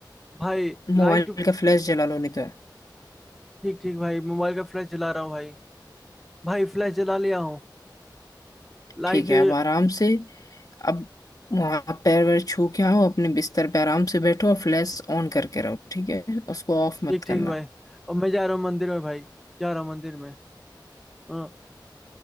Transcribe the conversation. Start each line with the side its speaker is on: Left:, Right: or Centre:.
Centre: भाई
Left: मोबाइल
Centre: लाइट
Left: का फ्लैश जला लो नहीं तो है
Centre: ठीक ठीक भाई मोबाइल का फ्लैश जला रहा हूँ भाई भाई फ्लैश जला लिया हूँ लाइट
Left: ठीक है अब आराम से अब वहाँ पैर वैर छू के आओ अपने बिस्तर पे आराम से बैठो और फ्लैश ऑन करके रहो ठीक है उसको ऑफ मत
Centre: ठीक
Left: करना
Centre: ठीक भाई अब मैं जा रहा हूँ मंदिर में भाई जा रहा हूँ मंदिर में अ,